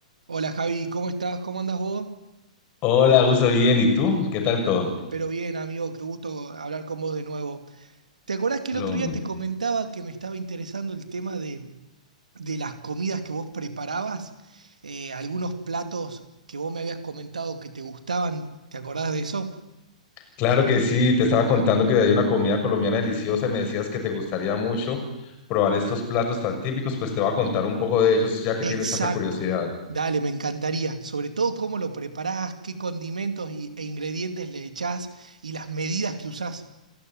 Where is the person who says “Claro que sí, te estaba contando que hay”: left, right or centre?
Left